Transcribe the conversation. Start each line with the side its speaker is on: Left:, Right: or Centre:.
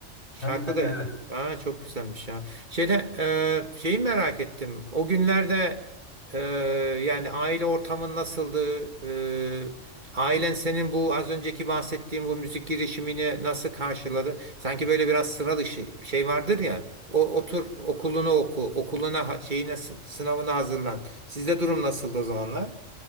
Right: Şarkı
Left: Tabii tabii
Right: da.
Left: evet.
Right: Aa, çok güzelmiş ya. Şeyde e, şeyi merak ettim. O günlerde e, yani aile ortamın nasıldı? E, ailen senin bu az önceki bahsettiğim bu müzik girişimini nasıl karşıladı? Sanki böyle biraz sıra dışı şey vardır ya. O otur okulunu oku, okuluna ha- şeyine s- sınavına hazırlan. Sizde durum nasıldı o zamanlar?